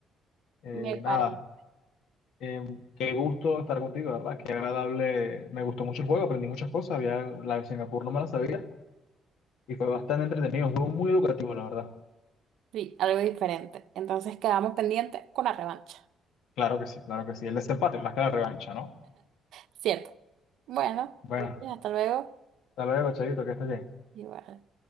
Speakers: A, on the left; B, on the right.
A: eh,
B: me
A: nada.
B: parece.
A: Eh, qué gusto estar contigo, ¿verdad? Qué agradable. Me gustó mucho el juego, aprendí muchas cosas. Había, la de Singapur no me la sabía y fue bastante entretenido. Un juego muy educativo, la verdad.
B: Sí, algo diferente. Entonces quedamos pendientes con la revancha.
A: Claro que sí, claro que sí. El desempate más que la revancha, ¿no?
B: Cierto. Bueno,
A: Bueno,
B: gracias, hasta luego.
A: hasta luego, chavito, que estés bien.
B: igual